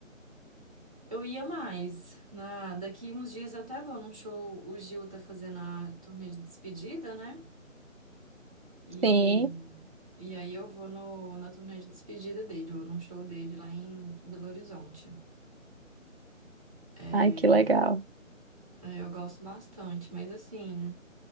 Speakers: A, in the centre; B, on the right.
A: Eu ia mais. Na, daqui uns dias eu até vou num show. O Gil tá fazendo a turnê de despedida, né? E,
B: Sim.
A: e aí eu vou no, na turnê de despedida dele, ou num show dele lá em Belo Horizonte. É,
B: Ai, que legal.
A: é, eu gosto bastante, mas assim,